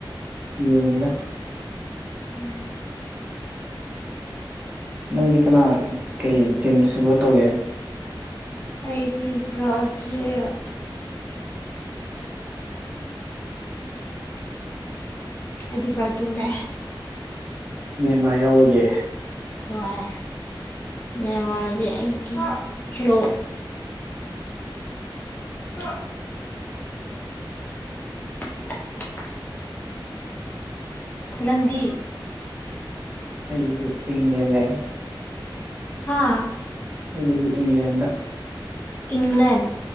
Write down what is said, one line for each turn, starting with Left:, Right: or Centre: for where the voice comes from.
Right: ꯌꯦꯉꯗ
Left: ꯎꯝ
Right: ꯅꯪꯗꯤ ꯀꯅꯥ ꯀꯩ ꯇꯤꯝ ꯁꯄꯣꯔꯠ ꯇꯧꯒꯦ ꯎꯝ
Left: ꯑꯩꯗꯤ ꯕ꯭ꯔꯥꯖꯤꯜ ꯍ ꯑꯩꯗꯤ ꯕꯔꯖꯤꯜꯅꯦ
Right: ꯅꯦꯃꯥꯔ ꯌꯥꯎꯕꯒꯦ
Left: ꯍꯣꯏ ꯌꯥꯝ ꯃꯔꯗꯤ ꯑꯩꯒꯤ ꯍꯔꯣ ꯑ <inaudible> ꯅꯪꯗꯤ
Right: ꯑꯩꯒꯤꯗꯤ ꯏꯪꯂꯦꯟ ꯂꯩ
Left: ꯍꯥꯥ
Right: ꯑꯩꯒꯤꯗꯤ ꯏꯪꯂꯦꯟꯗ
Left: ꯏꯪꯂꯦꯟ